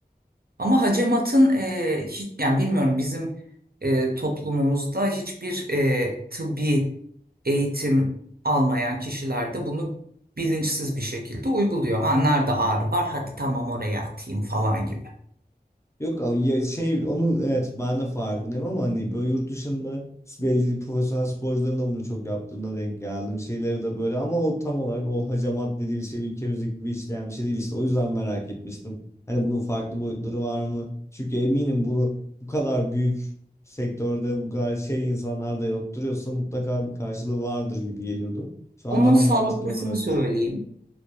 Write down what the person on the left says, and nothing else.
Yok ama ya şey onu evet ben de farkındayım ama hani böyle yurt dışında belli bir profesyonel sporcuların da bunu çok yaptığına denk geldim. Şeyleri de böyle ama o tam olarak o hacamat dediğim şey ülkemizdeki gibi işleyen bir şey değil işte. O yüzden merak etmiştim. Hani bunun farklı boyutları var mı? Çünkü eminim bunu bu kadar büyük sektörde bu kadar şey insanlar da yaptırıyorsa mutlaka bir karşılığı vardır gibi geliyordu. Şu an
daha
mantıklı olmaya başladı.